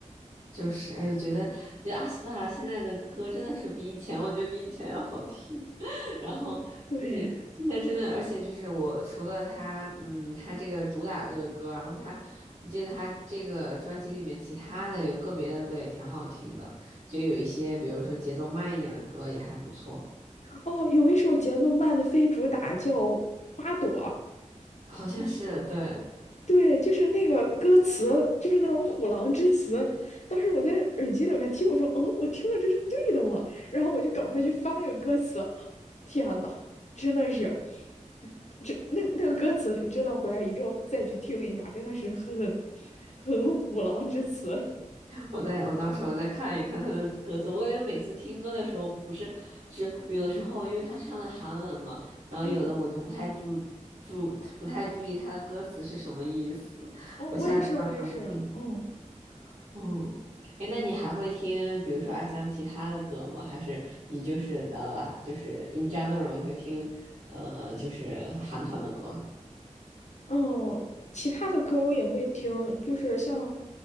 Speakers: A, on the right (about 75°); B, on the left (about 65°).
A: 就是，哎，我觉得就阿斯帕现在的歌真的是比以前，我觉得比以前要好听。<laughs> 然后就是现在真的，
B: 对。
A: 而且就是我除了他，嗯，他这个主打的这个歌，然后他，我记得他这个专辑里面其他的有个别的歌也挺好听的，就有一些比如说节奏慢一点的歌也还不错，
B: 哦，有一首节奏慢的非主打叫《花朵》，
A: 好像是对。
B: 对，就是那个歌词，就是那种虎狼之词。当时我在耳机里面还听，我说：“嗯，我听的这是对的吗？”然后我就赶快去翻那个歌词。天呐，真的是，这那那个歌词，你知道回来一定要再去听一下，真的是很很虎狼之词。
A: 我再我到时候再看一看他的歌词，我感觉每次听歌的时候，不是只有的时候，因为他唱的韩文嘛，然后有的我就不太注注不太注意他的歌词是什么意思，
B: 嗯，哦，
A: 我下次到时候听听。
B: 我也是，我也是，嗯。
A: 嗯，哎，那你还会听比如说 SM 其他的歌吗？还是你就是呃就是 in general 也会听呃就是韩团的歌？
B: 哦，其他的歌我也会听，就是像